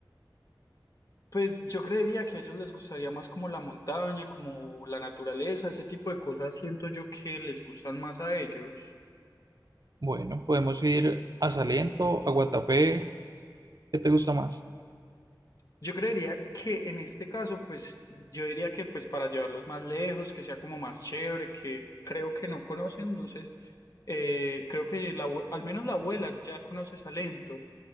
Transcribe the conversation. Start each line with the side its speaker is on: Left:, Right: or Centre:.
Left: Pues yo creería que a ellos les gustaría más como la montaña, como la naturaleza, ese tipo de cosas siento yo que les gustan más a ellos.
Right: Bueno, podemos ir a Salento, a Guatapé, ¿qué te gusta más?
Left: Yo creería que en este caso, pues yo diría que pues para llevarlos más lejos, que sea como más chévere, que creo que no conocen, no sé, eh, creo que la abue- al menos la abuela ya conoce Salento.